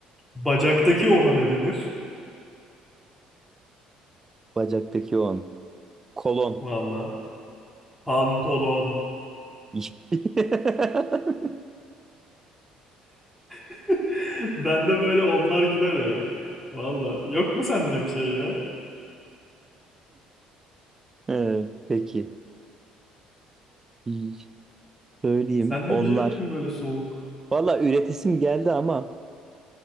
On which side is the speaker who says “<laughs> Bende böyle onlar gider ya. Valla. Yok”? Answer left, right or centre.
Centre